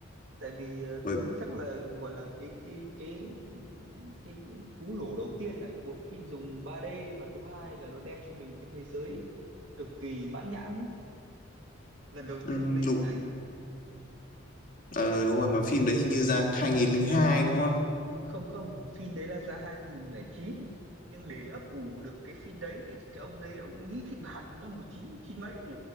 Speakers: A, on the right (about 65°); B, on the left (about 40°).
A: tại vì ờ,
B: bởi
A: chắc là gọi là cái cái cái cái cú lổ đầu tiên là bộ phim dùng 3D và thứ hai là nó đem cho mình một cái thế giới cực kỳ mãn nhãn ý lần đầu tiên
B: ừm,
A: được lên
B: đúng,
A: điện ảnh
B: ờ, đúng rồi mà phim đấy hình như ra 2002 đúng không
A: không không phim đấy là ra hai nghìn lẻ chín nhưng để ấp ủ được cái phim đấy thì cái ông đấy ông ấy nghĩ kịch bản từ năm một chín chín mấy